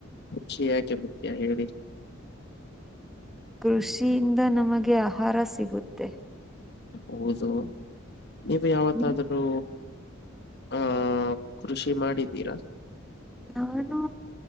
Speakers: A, on the left (about 55°); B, in the centre.
A: ಖುಷಿ ಯಾಕೆ ಮುಖ್ಯಾ ಹೇಳಿ
B: ಕೃಷಿಯಿಂದ ನಮಗೆ ಆಹಾರ ಸಿಗುತ್ತೆ
A: ಹೌದು ನೀವು ಯಾವತ್ತಾದರ
B: ಹ್ಮ್.
A: ನೀ ಆಹ ಕೃಷಿ ಮಾಡಿದ್ದೀರಾ
B: ನಾನು